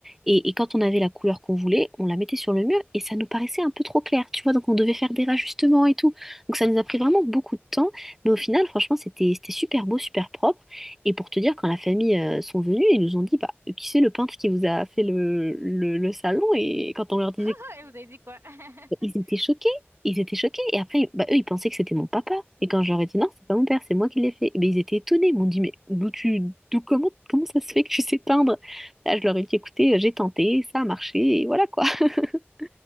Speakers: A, in the centre; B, on the right.
A: Et, et quand on avait la couleur qu'on voulait, on la mettait sur le mur et ça nous paraissait un peu trop clair, tu vois. Donc, on devait faire des rajustements et tout. Donc, ça nous a pris vraiment beaucoup de temps. Mais au final, franchement, c'était, c'était super beau, super propre. Et pour te dire, quand la famille euh, sont venus, ils nous ont dit, bah, qui c'est le peintre qui vous a fait le, le, le salon? Et quand on leur disait...
B: <laughs> Et vous avez dit quoi? <laughs>
A: Ils étaient choqués. Ils étaient choqués. Et après, bah, eux, ils pensaient que c'était mon papa. Et quand je leur ai dit non, c'est pas mon père, c'est moi qui l'ai fait. Mais ils étaient étonnés. Ils m'ont dit, mais d'où tu, d'où, comment, comment ça se fait que tu sais peindre? Là, je leur ai dit, écoutez, euh, j'ai tenté, ça a marché, et voilà quoi. <laughs>